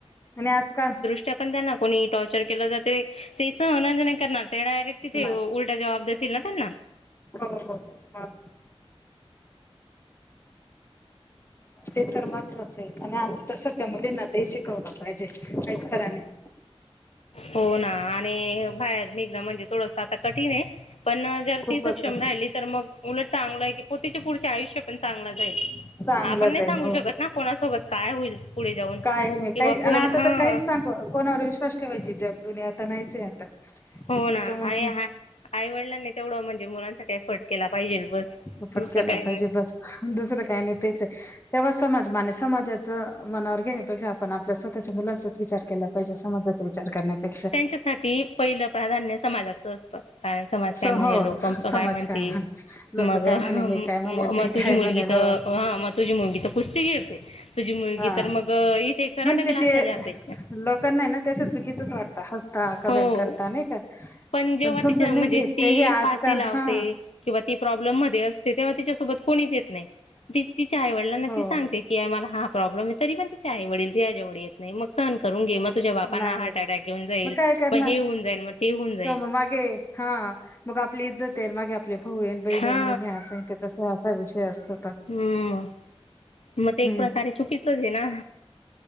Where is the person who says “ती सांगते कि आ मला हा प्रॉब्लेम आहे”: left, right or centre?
Left